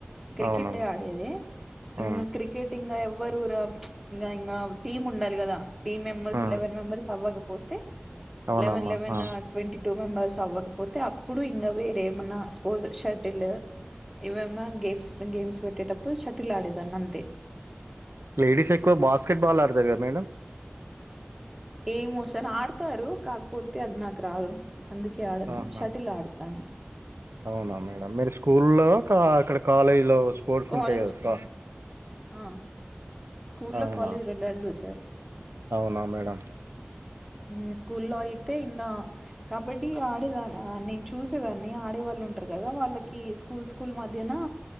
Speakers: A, in the centre; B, on the right.
A: క్రికెట్
B: అవునా మరి
A: ఎ ఆడేది
B: ఆ
A: ఇంగ క్రికెట్ ఇంగ్ ఎ రూర ఇంగ ఇంగ టీమ్ ఉంన్నారు గదా టీం మెంబర్స్
B: ఆ,
A: లెవన్ మెంబర్స్ అవకా పోతే
B: అవునమ్మా
A: లెవెన్ లెవెన్
B: ఆ
A: ట్వంటీ టూ మెంబర్స్ అవ్వకపోతే అప్పుడు ఇంగ వేరే ఏమన్నా స్పోర్ట్స్ షర్టిల్ ఇవేమన్నా గేమ్స్ గేమ్స్ పెట్టేటప్పుడు షటిల్ ఆడేదాన్ని అంతే
B: లేడీస్ ఎక్కువ బాస్కెట్ బాల్ ఆడతారు కదా మేడం
A: ఏమోసార్ ఆడతారు కాకపోతే అది నాకు రాదు అందుకే ఆడను
B: ఆహా
A: షటిల్ ఆడతాను
B: అవునా మేడం మీరు స్కూల్లో క అక్కడ కాలేజ్ లో స్పోర్ట్స్
A: కాలేజ్
B: ఉంటాయి కదా స్కా
A: అ స్కుల్లో
B: అవునా
A: కాలేజ్ రెడు రెండు సార్
B: అవునా మేడం
A: మ్ స్కూల్లో అయితే ఇంగ కబడ్డీ ఆడేద నేను చూసేదాన్ని ఆడేవాళ్లు వుంటరు. కదా వాళ్ళకి స్కూల్స్ స్కూల్ మధ్యనా